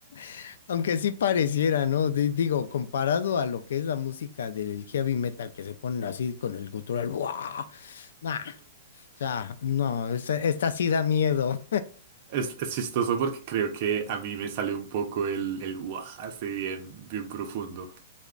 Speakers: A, on the left; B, on the right.
A: <laughs> aunque sí pareciera, ¿no? Di- digo, comparado a lo que es la música del heavy metal que se ponen así con el gutural, ¡guau! Nah, o sea, no, esta, esta sí da miedo.
B: Es, es chistoso porque creo que a mí me sale un poco el, el "Uah", así bien, bien profundo.